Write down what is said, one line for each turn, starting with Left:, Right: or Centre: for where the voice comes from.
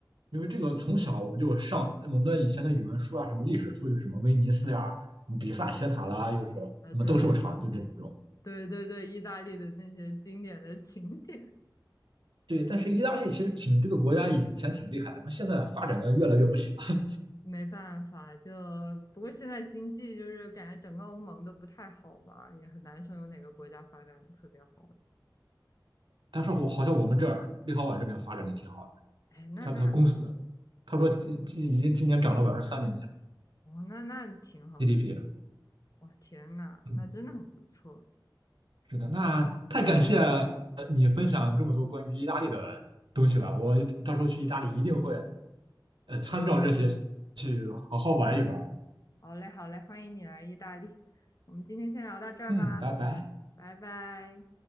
Right: 因为这个从小我们就上我们的以前的语文书啊，什么历史书，就什么威尼斯呀、什么比萨斜塔啦，又是什么斗兽场，
Left: 呃，对对
Right: 就这种。
Left: 对对对，意大利的那些经典的景点。
Right: 对，但是意大利其实挺这个国家以前挺厉害的，那现在发展的越来越不行了。
Left: 没办法，就不过现在经济就是感觉整个欧盟都不太好吧，也很难说有哪个国家发展特别好。
Right: 但是我好像我们这儿立陶宛这边发展的挺好的，
Left: 哎，那那
Right: 他他公司他说今今已经今年涨了百分之三点几了
Left: 哦，那那挺好的，
Right: GDP，
Left: 哇，天呐，
Right: 嗯，
Left: 那真的很不错。
Right: 是的，那太感谢你分享这么多关于意大利的东西了，我到时候去意大利一定会呃参照这些好好玩一玩，
Left: 好嘞，好嘞，欢迎你来意大利。我们今天先聊到这儿吧，
Right: 嗯，拜拜。
Left: 拜拜。